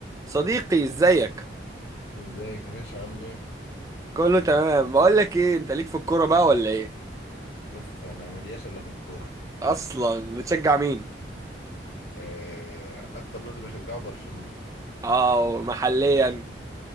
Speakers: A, on the right; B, on the left.
A: صديقي ازيك
B: ازيك يا باشا عامل ايه؟
A: كله تمام بقول لك ايه انت ليك في الكوره بقى ولا ايه
B: شوف انا ملياش الا في الكوره
A: اصلا بتشجع مين
B: آه، اكتر نادي بشجعه برشلونه
A: اه محليا